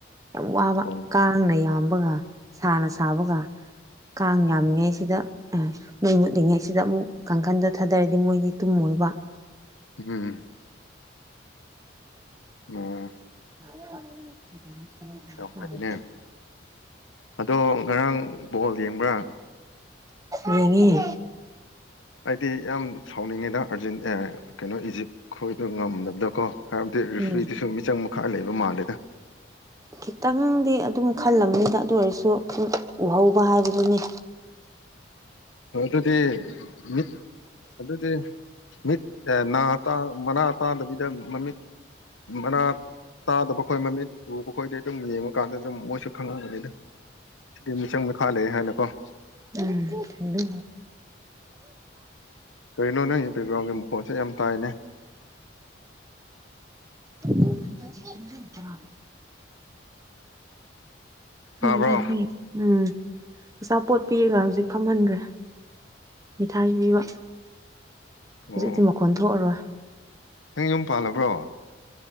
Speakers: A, on the right (about 15°); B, on the left (about 85°).
A: ꯌꯥꯝ ꯋꯥꯕ
B: ꯑꯣ
A: ꯀꯥꯡꯅ ꯌꯥꯝꯕꯒ ꯁꯥꯅ ꯁꯥꯕꯒ ꯀꯥꯡ ꯌꯥꯝꯃꯤꯉꯩꯁꯤꯗ ꯑꯥ ꯃꯩ ꯃꯨꯠꯂꯤꯉꯩꯁꯤꯗ ꯑꯃꯨꯛ ꯀꯥꯡꯈꯟꯗꯣ ꯊꯥꯗꯔꯗꯤ ꯃꯣꯏꯗꯤ ꯇꯨꯝꯃꯣꯏꯕ
B: ꯎꯝ ꯑꯣ
A: <unintelligible>
B: ꯌꯥꯝ ꯐꯩꯅꯦ ꯑꯗꯣ ꯉꯔꯥꯡ ꯕꯣꯜ ꯌꯦꯡꯕ꯭ꯔꯥ
A: ꯌꯦꯡꯉꯦ
B: ꯑꯩꯗꯤ ꯌꯥꯝ ꯁꯥꯎꯅꯤꯡꯉꯤꯗ ꯑꯔꯖꯦꯟ ꯀꯩꯅꯣ ꯏꯖꯤꯞ ꯈꯣꯏꯗꯣ ꯉꯝꯗꯕꯗꯨꯀꯣ ꯍꯥꯏꯕꯗꯤ ꯔꯦꯐ꯭ꯔꯤꯗꯨꯁꯨ
A: ꯎꯝ
B: ꯃꯤꯆꯪ ꯃꯤꯈꯥꯢ ꯂꯩꯕ ꯃꯥꯜꯂꯤꯗ
A: ꯈꯤꯇꯪꯗꯤ ꯑꯗꯨꯝ ꯈꯜꯂꯝꯅꯤꯗ ꯑꯗꯨ ꯑꯣꯏꯔꯁꯨ ꯎꯍꯧꯕ ꯍꯥꯏꯕꯗꯨꯅꯤ
B: ꯑꯗꯨꯗꯤ ꯃꯤꯠ ꯑꯗꯨꯗꯤ ꯃꯤꯠ ꯅꯥ ꯇꯥ ꯃꯅꯥ ꯇꯥꯗꯕꯤꯗ ꯃꯃꯤꯠ ꯃꯅꯥ ꯇꯥꯗꯕ ꯈꯣꯏ ꯃꯃꯤꯠ ꯎꯕ ꯈꯣꯏꯗꯤ ꯑꯗꯨꯝ ꯌꯦꯡꯕ ꯀꯥꯟꯗ ꯑꯗꯨꯝ ꯃꯣꯏꯁꯨ ꯈꯪꯉꯝꯒꯅꯤꯗ ꯁꯤꯗꯤ ꯃꯤꯆꯪ ꯃꯤꯈꯥ ꯂꯩ ꯍꯥꯏꯅꯀꯣ
A: ꯎꯝ ꯑꯗꯨ
B: ꯀꯔꯤꯅꯣ ꯅꯪ ꯕꯦꯛꯒ꯭ꯔꯥꯎꯟꯒꯤ ꯃꯈꯣꯟꯁꯦ ꯌꯥꯝ ꯇꯥꯏꯅꯦ
A: <unintelligible>
B: ꯇꯥꯕ꯭ꯔꯣ
A: ꯑꯗꯨꯅꯦ ꯑꯩꯈꯣꯏ ꯎꯝ ꯑꯆꯥꯄꯣꯠ ꯄꯤꯔꯒ ꯍꯧꯖꯤꯛ ꯐꯝꯍꯟꯒ꯭ꯔꯦ ꯃꯤꯊꯥꯏ ꯄꯤꯕ
B: ꯑꯣ
A: ꯍꯧꯖꯤꯛꯇꯤ ꯃꯈꯣꯟ ꯊꯣꯛꯑꯔꯣꯏ
B: ꯅꯪ ꯌꯨꯝ ꯄꯥꯜꯂꯕ꯭ꯔꯣ